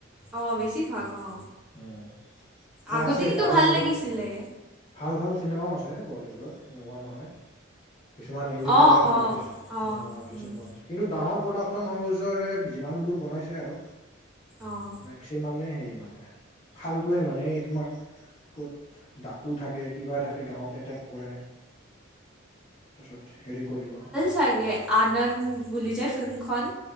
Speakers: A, in the centre; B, on the left.
A: অ', বেছি ভাগ অ,
B: উম নে
A: আগতে
B: আছে
A: কিন্তু
B: তাৰে
A: ভাল
B: মাজত
A: লাগিছিলে।
B: ভাল ভাল চিনেমাও আছে। বলীউডৰ সেনেকুৱা নহয়। কিছুমান ইণ্ডিপেণ্ডেণ্ট
A: অঁ অঁ
B: আ টিচ
A: অঁ উম,
B: <unintelligible> কিন্তু, ডাঙৰ প্ৰডাকশচন হাউচৰে যিমানবোৰ বনাইছে আৰু
A: অঁ
B: মেক্সিমামে হে মানে <unintelligible> মানে এই তোমাৰ ক'ত ডাকো থাকে। কিবা থাকে। গাঁৱত এটেক কৰে। তাৰছত হেৰি কৰিব
A: চাগে আনন্দ বুলি যে ফিল্মখন